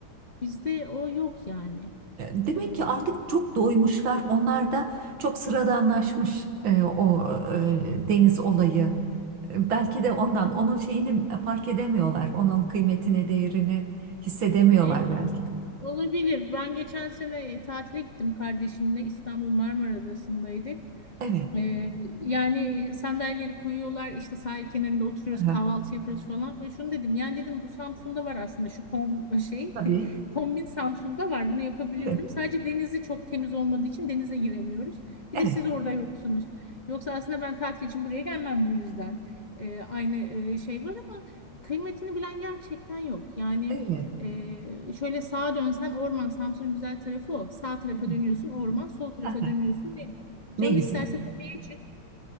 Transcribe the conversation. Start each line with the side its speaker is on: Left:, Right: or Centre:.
Left: Bizde o yok yani.
Right: E, Demek
Left: Ee,
Right: ki artık çok doymuşlar. Onlar da çok sıradanlaşmış e, o e, deniz olayı. E, Belki de ondan onun şeyini fark edemiyorlar. Onun kıymetini, değerini hissedemiyorlar
Left: evet
Right: belki de.
Left: olabilir. Ben geçen sene tatile gittim kardeşimle. İstanbul Marmara Adası'ndaydık.
Right: Evet.
Left: Ee, yani sandalyeleri koyuyorlar işte sahil kenarında oturuyoruz
Right: Aha,
Left: kahvaltı yapıyoruz falan ve şunu dedim yani dedim bu Samsun'da var aslında şu kom şey
Right: tabii.
Left: <laughs> kombin Samsun'da var bunu yapabiliyorum
Right: Evet.
Left: sadece denizi çok temiz olmadığı için denize giremiyoruz bir
Right: Evet.
Left: de siz orada yoksunuz yoksa aslında ben tatil için buraya gelmem bu yüzden Ee, aynı e, şey var ama kıymetini bilen gerçekten yok yani
Right: Evet.
Left: e, şöyle sağa dönsen orman Samsun'un güzel tarafı o sağ tarafa
Right: Evet.
Left: dönüyorsun orman sol tarafa
Right: Aha,
Left: dönüyorsun deniz.
Right: Ne
Left: Canın
Right: güzel.
Left: isterse Çık.